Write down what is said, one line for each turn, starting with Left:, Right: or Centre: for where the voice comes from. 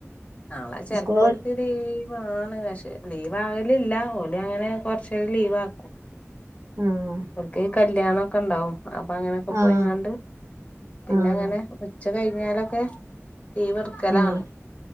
Left: നാളെ ചെലപ്പോ
Right: സ്കൂള്
Left: ഓൽക്ക് ലീവാണ് പക്ഷെ ലീവ് ആകലില്ല ഓലങ്ങനെ കൊറച്ച് നെരം ലീവാക്കും.
Right: ഉം <unintelligible>
Left: ഓൽക്ക് ഈ കല്യാണക്കെണ്ടാവും അപ്പൊ അങ്ങനൊക്കെ പോയിങ്ങാണ്ട്
Right: ആഹ്
Left: പിന്നെ
Right: ആഹ്
Left: അങ്ങനെ- ഉച്ച കഴിഞ്ഞാലൊക്കെ ലീവെടുക്കലാണ്.
Right: ആഹ്